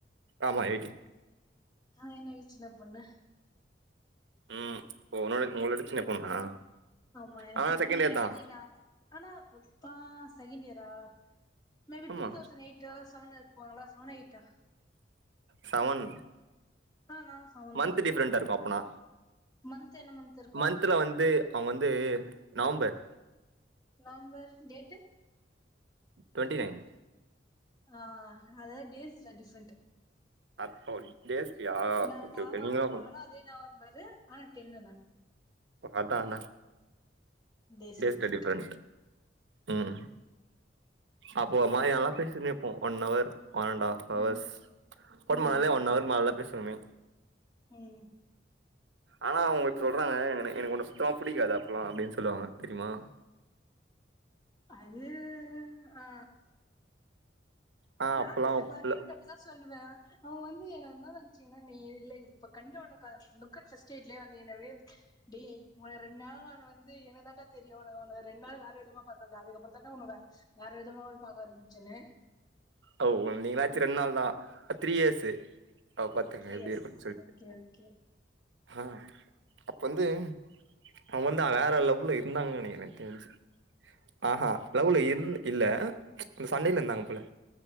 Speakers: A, on the right; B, on the left.
A: ஆமா எய்டின்
B: ஆ என்ன விட்ச் சின்ன பொண்ணு
A: ம் உங்களோட உங்கள விட சின்ன பொண்ணா
B: ஆமா எனக்கு
A: ஆ
B: இப்ப
A: செகண்ட்
B: வந்து
A: இயர்
B: நைன்டீனா
A: தா
B: ஆனா இப்ப செகண்ட் இயரா மே பி
A: ஆமா
B: டூ தௌசண் எயிட்டு செவன் இருப்பாங்கல்ல செவன் எயிட்டா
A: சவன்
B: ஆ நானு செவன்
A: மன்த்
B: தா
A: டிஃபரெண்டா இருக்கு அப்பனா
B: மந்த் என்ன மந்த் இருக்கு
A: மந்த்தில வந்து அவுங்க வந்து November
B: November date
A: twenty nine
B: ஆ அதாது டேஸ்ல டிஃப்ரென்ட்
A: அப் ஓ டேஸ்லயா
B: நா
A: ஓகே
B: நா
A: ஓகே
B: வாமா
A: நீங்களு
B: நானு அதே நவம்பரு ஆனா டென்னு தா
A: அதா அதா
B: டேஸ்ல
A: டே ஸ்டடி
B: டிஃப்ரெண்ட்
A: ஃப்ரெண்டு ம் அப்போ ஒருமாரி நல்லா பேசினேருப்போ ஒன்னவர் ஒன் அண்ட் ஆஃப் ஹவர்ஸ்
B: ம்
A: ஃபோன்
B: ம்
A: பண்ணாலே ஒன்னவர் மேல தா பேசுவோமே
B: ம்
A: ஆனா அவுங்க இப்ப சொல்றாங்க என எனக்கு உன்ன சுத்தமா புடிக்காது அப்பல்லா அப்டின் சொல்லுவாங்க தெரியுமா
B: அது ஆ
A: ஆ
B: நானு
A: அப்பல்லா
B: என் பாய்
A: இல்ல
B: ஃப்ரெண்ட அப்டிதா சொல்லுவே அவு வந்து எங்கள என்னா நெனச்சுக்கின்ன நீ இல்ல இப்ப கண்ரோலர் லுக் அட் ஃபஸ்ட் சைட்லயே வந்து <unintelligible> டே உங்கள ரெண்ட் நாளா நானு வந்து என்ன தான்டா தெரியு உன்ன ரெண்ட் நாளா வேற விதமா பாத்தன்டா அதுக்கப்புறந்தாண்டா உன்ன வே வேற விதமாவே பாக்க ஆரம்பிச்சேனு
A: ஓ நீங்களாச்சு ரெண்ட் நாள் தா த்ரீ இயர்ஸு அப்ப பாத்துங்க
B: த்ரீ
A: எப்டி
B: இயர்ஸ்
A: இருக்குன் சொல்ட்
B: ஓகே ஓகே
A: ஆ அப்ப வந்து அவுங்க வந்து வேற லவ்ல இருந்தாங்கன்னு எனக் தெரின்ச்சு ஆ ஹா லவ்ல இர்ந் இல்ல அந்த சண்டைல இருந்தாங்க போல